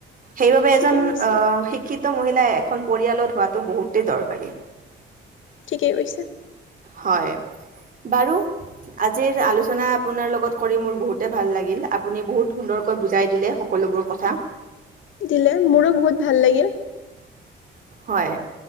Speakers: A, on the right; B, on the left.
A: সেইবাবে এজন
B: ঠিকেই কৈছে
A: অঁ শিক্ষিত মহিলা এখন পৰিয়ালত হোৱাতটো বহুতেই দৰকাৰী।
B: ঠিকেই কৈছে।
A: হয় বাৰু আজিৰ আলোচনা আপোনাৰ লগত কৰি মোৰ বহুত ভাল লাগিল আপুনি বহুত সুন্দৰকৈ বুজাই দিলে সকলোবোৰ কথা।
B: দিলে মোৰো বহুত ভাল লাগিল।
A: হয়